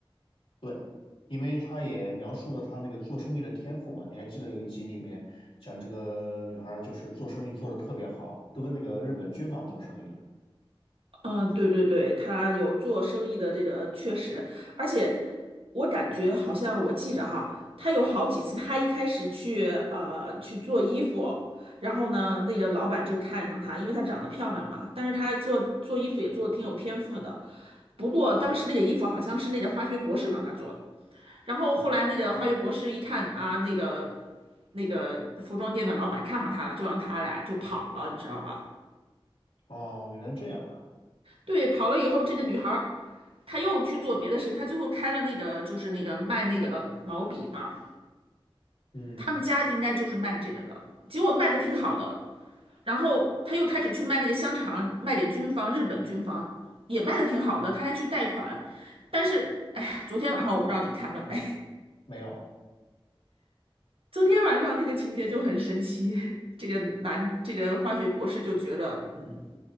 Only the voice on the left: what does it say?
对，因为他也描述了他那个做生意的天赋嘛。你还记得有一集里面讲这个女孩儿就是做生意做得特别好，都跟那个日本军方做生意了。
哦，原来这样啊。
嗯，
没有。